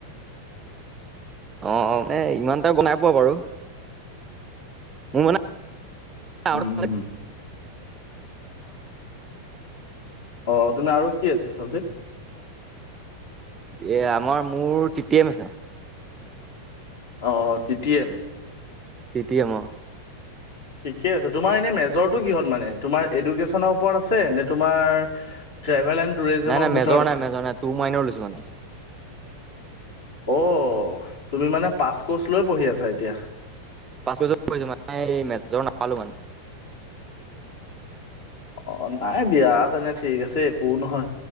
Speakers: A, on the right; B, on the left.
A: অ অ মে ইমান এটা গম নাই পোৱা বাৰু মোৰ মানে আৰু
B: উম উম উম আহ তুমি আৰু কি আছা চাবজেক্ট?
A: এ আমাৰ মোৰ টিটিএম আছে।
B: অ T T M.
A: T T M, অঁ-
B: ঠিকে আছে, তোমাৰ এনে মেজৰটো কিহত মানে তোমাৰ এডুকেশ্যনৰ ওপৰত আছে নে তোমাৰ- টেভেল এণ্ড টুৰিজিমৰ
A: নাই নাই
B: ভিতৰত
A: মেজৰ
B: আছে
A: নাই মেজৰ নাই ট মাইনৰ লৈছো মানে।
B: অ তুমি মানে পাছ কৰ্চ লৈ পঢ়ি আছা এতিয়া।
A: পাঁচ বছৰ মানে এই মেজৰ নাপালো মানে।
B: অ নাই দিয়া তেনে ঠিক আছে একোও নহয়।